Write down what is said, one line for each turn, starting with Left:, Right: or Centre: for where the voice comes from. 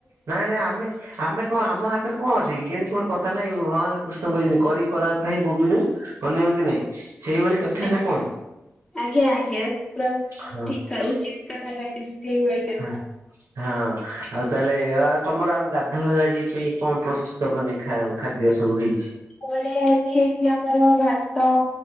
Right: ନାଇଁ ନାଇଁ ଆମେ ଆମେ କଣ ଆମ ହାତରେ କଣ ଅଛି କି କିନ୍ତି କଣ କଥା ନାହିଁ ଭଗବାନ୍ କୃଷ୍ଣଙ୍କୁ ଯେମିତି କରି କରାଉ ଥାଏ ମୋବିିନୁ ଅନ୍ୟଗତି ନାଇଁ ସେଇଭଳି କଥା
Left: ଆ-
Right: ନା କଣ
Left: ଆଜ୍ଞା -ଆଜ୍ଞା ପୁରା ଠିକ୍
Right: ହଁ
Left: -ଉଚିତ୍ କଥା କହିଚନ୍ତି ସେଇଭଳି। କଥା।
Right: ହୁଁ। ହଁ ଆଉ ତାହେଲେ ଆଉ ତମର ଆଉ ଗାଧୁଆଳରେ ଆଜି ପାଇଁ କଣ ପ୍ରସ୍ତୁତ ମାନେ ଖାଦ୍ୟ ସବୁ ହେଇଚି?
Left: <unintelligible> ଆଜି ହେଇଚି ଆମର ଭାତ